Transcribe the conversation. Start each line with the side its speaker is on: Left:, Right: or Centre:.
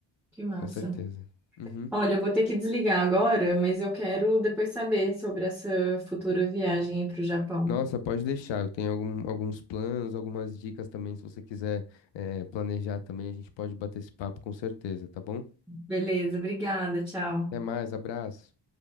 Centre: que massa.
Left: com certeza. Uhum.
Centre: Olha, eu vou ter que desligar agora, mas eu quero depois saber sobre essa futura viagem para o Japão.
Left: Nossa, pode deixar. Eu tenho algum- alguns planos, algumas dicas também. Se você quiser, eh, planejar também, a gente pode bater esse papo com certeza, tá bom?
Centre: Beleza, obrigada, tchau.
Left: Até mais, abraço.